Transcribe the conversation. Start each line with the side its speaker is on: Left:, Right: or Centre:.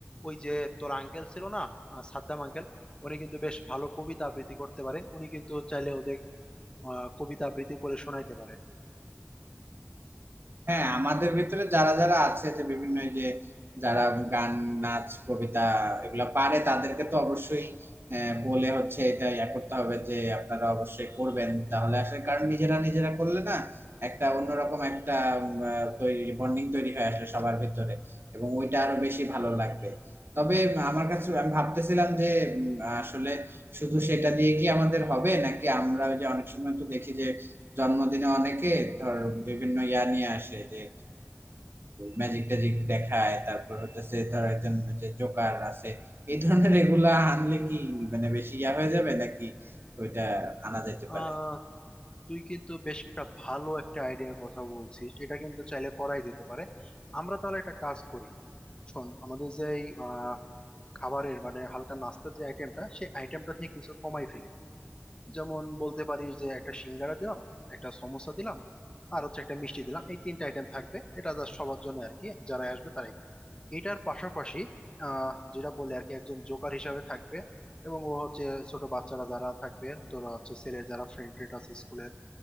Left: ওই যে তোর আঙ্কেল ছিল না আহ, সাদ্দাম আঙ্কেল উনি কিন্তু বেশ ভালো কবিতা আবৃত্তি করতে পারে উনি কিন্তু চাইলে ওদের আহ, কবিতা আবৃত্তি করে শোনাইতে পারে
Right: হ্যাঁ আমাদের ভিতরে যারা যারা আছে যে বিভিন্ন এই যে যারা গান নাচ কবিতা এগুলা পারে তাদেরকে তো অবশ্যই আহ, বলে হচ্ছে এটা ইয়া করতে হবে যে আপনারা অবশ্যই করবেন তাহলে আসলে কারণ নিজেরা নিজেরা করলে না একটা অন্যরকম একটা উম, আহ, তৈরি বন্ডিং তৈরি হয়ে আসলে সবার ভিতরে এবং ওইটা আরো বেশি ভালো লাগবে তবে আমার কাছে আমি ভাবতেছিলাম যে উম, আসলে শুধু সেটা দিয়ে কি আমাদের হবে নাকি আমরা ওই যে অনেক সময় তো দেখি যে জন্মদিনে অনেকে ধর বিভিন্ন ইয়া নিয়ে আসে যে ম্যাজিক ট্যাজিক দেখায় তারপর হচ্ছে ধর একজন যে জোকার আছে এই ধরনের এগুলা আনলে কি মানে বেশি ইয়া হয়ে যাবে নাকি ওইটা আনা যেতে
Left: আহ
Right: পারে
Left: তুই কিন্তু বেশ একটা ভালো একটা আইডিয়ার কথা বলছিস এটা কিন্তু চাইলে করাই যেতে পারে আমরা তাহলে একটা কাজ করি শোন আমাদের যে এই, আহ, খাবারের মানে হালকা নাস্তার যে আইটেমটা সেই আইটেমটা থেকে কিছু কমাই ফেলি যেমন বলতে পারিস যে একটা সিঙ্গারা দিলাম একটা সমোসা দিলাম আর হচ্ছে একটা মিষ্টি দিলাম এই তিনটা আইটেম থাকবে এটা জাস্ট সবার জন্য আর কি যারা আসবে তারাই এটার পাশাপাশি আহ যেটা বললে আর কি একজন জোকার হিসাবে থাকবে এবং ও হচ্ছে ছোট বাচ্চারা যারা থাকবে তোরা হচ্ছে ছেলের যারা ফ্রেন্ড ট্রেন্ড আছে স্কুলের